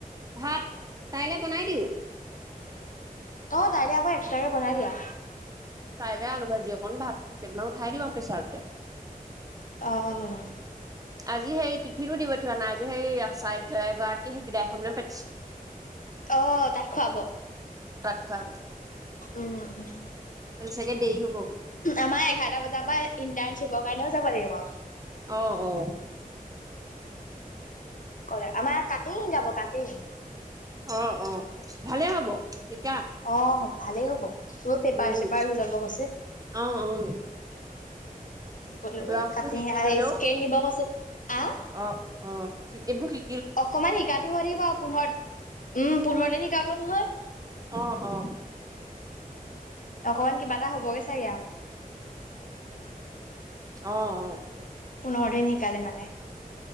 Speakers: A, on the right; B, on the left.
A: ভাত, তাইলে বনাই দিওঁ।
B: তই তাইলে আকৌ তাকে বনাই দিয়া।
A: তাইলে আলু ভাজি অকণ ভাত কেইটামান উঠাই দিও আৰু প্ৰেছাৰতে।
B: অহ।
A: আজি সেই টিফিনো দি পঠিউৱা নাই, আজি সেই আচাৰ্য এগৰাকী ৰ বিদায়সভা পাতিছে।
B: অহ তাত খুৱাব।
A: খোৱাব ।
B: উম উম
A: চাগে দেৰি হ'ব
B: আমাৰ এঘাৰটা বজাৰ পৰা ইন্টাৰ শিৱ কাৰণেও যাব লাগিব।
A: অহ অ।
B: ক'লে আমাক কাটিঙ শিকাব, কাটিঙ।
A: অ অ ভালে হ'ব। শিকা
B: অ ভালেই হ'ব টো পেপাৰ
A: উম
B: চেপাৰ লৈ যাব কৈছে।
A: অ অ
B: সেইবোৰলৈ
A: ব্লাউজটো
B: কাটি
A: শিকি
B: হাই
A: ললেও
B: স্কেল নিব কৈছে। আহ
A: অ অ সি বোৰ সি
B: অকমান শিকাটো হৈ থাকিব পোন্ধৰ - উম পোন্ধৰ দিন শিকাব নহয়।
A: অ অ
B: অকমান কিবা এটা হ'ব গে চাগে আৰু।
A: অ অ
B: নৰ দিন শিকালে মানে।